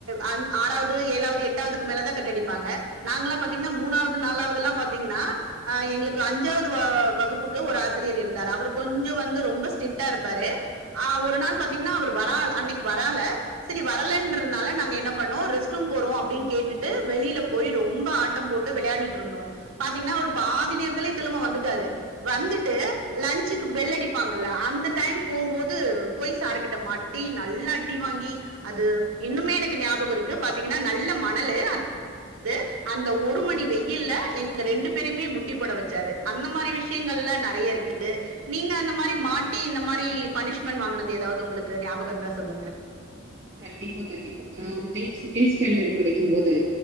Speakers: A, on the right; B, on the right.
A: அ ஆறாவது ஏழாவது எட்டாவதுக்கு மேலதா கட்டடிப்பாங்க நாங்கலா பாத்தீங்கன்னா மூனாவது நாலாவதுலா பாத்தீங்கன்னா ஆ எங்களுக்கு அஞ்சாவது வ வகுப்புக்கு ஒரு ஆசிரியர் இருந்தாரு அவுரு கொஞ்சோ வந்து ரொம்ப ஸ்ட்ரிக்டா இருப்பாரு ஆ ஒரு நாள் பாத்தீங்கன்னா அவர் வரால் அன்னிக்கு வரால செரி வரலன்றனால நாங்க என்ன பண்ணோ ரெஸ்ட்ரூம் போறோ அப்பிடின் கேட்டுட்டு வெளியில போய் ரொம்ப ஆட் டம் போட்டு விளையாடிட்டுருந்தோ பாத்தீங்கன்னா ஒரு பாதி நேரத்திலே திலும்ப வந்துட்டாரு வந்துட்டு லஞ்சுக்கு பெல்லடிப்பாங்கல்ல அந்த டைம் போம்போது போய் சார்கிட்டமாட்டி நல் ல்ல அடி வாங்கி அது இன்னுமே எனக்கு ஞாபகோ இருக்கு பாத்தீங்கன்னா நல்ல மணலு அந் து அந்த ஒரு மணி வெயில்ல எங்க ரெண்டு பேரயுமே முட்டி போடவச்சாரு அந்த மாரி விஷ்யங்கல்லா நெறைய இருக்கு நீங்க அந்த மாரி மாட்டி இந்த மாரி பணிஷ்மெண்ட் வாங்கனது எதாவது உங்களுக்கு ஞாபகோ இருந்தா சொல்லுங்க
B: கண்டிப்பா கண்டிப்பா நா ஒரு டைம் செகண்ட் ஸ்டாண்டர்டு படிக்கும் போது